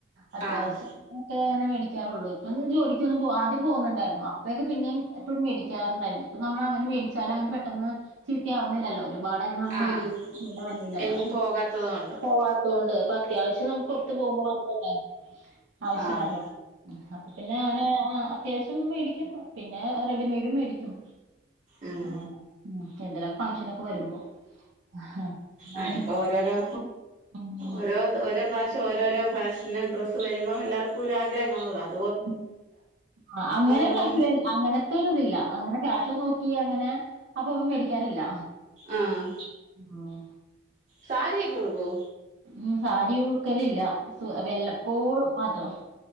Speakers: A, on the right (about 80°); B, on the right (about 40°).
A: അത്യാവശ്യത്തിനൊക്കെ
B: ആഹ്
A: അങ്ങനെ മേടിക്കാറുള്ളൂ- ഇപ്പം <unintelligible> ജോലിക്ക് ഒന്നും പോ ആദ്യം പോകുന്നുണ്ടായിരുന്നു അപ്പയൊക്കെ പിന്നെയും എപ്പഴും മേടിക്കാറുണ്ടായിരുന്നു ഇപ്പൊ നമ്മളങ്ങനെ മേടിച്ചാല അങ്ങട് പെട്ടെന്ന് ചീത്തിയാവുന്നില്ലല്ലോ ഇവിടെ നാം ഡെയിലി
B: ആഹ്
A: യൂ സ്ചെയ്യേണ്ട മന്നല്ലല്ലോ
B: എങ്ങും പോകാത്തത് കൊണ്ട്
A: പോവാത്തൊണ്ട് അത്യാവശ്യം നമ്മ പുറത്ത് പോകുമ്പോ മാത്രല്ലേ ആവശ്യം
B: ആഹ്
A: വരണൊ അപ്പൊ പിന്നെ ഞാന് ആ അത്യാവശ്യം മേടിക്കും പിന്നെ റെഡിമെയ്ഡും മേടിക്കും
B: ഉം
A: ആഹ് ഉം എന്തേലും ഫങ്ഷനൊക് വരുമ്പോ ആഹ് അങ്ങനെ-
B: ആഹ് ഇപ്പൊ ഓരോരോ
A: ഉം
B: ഓരോ ഓരോ പ്രാവശ്യം പക്ഷേ ഓരോരോ ഫാഷന് ഡ്രസ്സ് വരുമ്പോൾ എല്ലാവർക്കും ആഗ്രഹം കാണതാണ
A: ഉം അങ്ങനെ
B: പറഞ്ഞ്
A: <unintelligible> അങ്ങനത്തെ ഒര് ഇതില്ല അങ്ങനെ ക്യാഷൊന്നും നോക്കി അങ്ങനെ അപ്പൊ അവൻ മേടിക്കാറില്ല
B: ആഹ്
A: ആഹ്.
B: സാരിയൊക്കെ ഉടുക്കൊ
A: ഉം സാരി ഉടുക്കലില്ല സ വെല്ലപ്പോഴും മാത്രം-